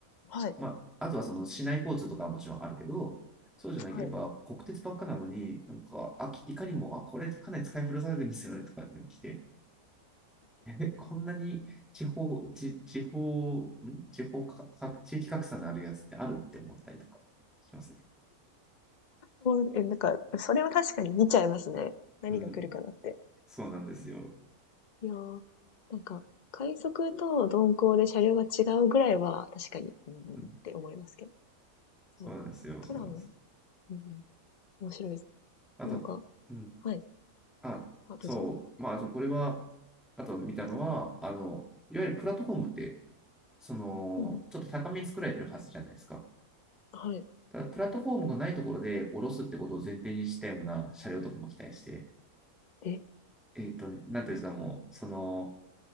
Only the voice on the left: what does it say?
あ、はい、
はい。
そう、え、なんか、それは確かに見ちゃいますね。何が来るかなって。
いやー、なんか、快速と鈍行で車両が違うぐらいは、確かに、うんって思いますけど。
そうか。トラム、
うん面白いです。
なんか、
はい。
あ、どうぞ。
うん
はい。
え、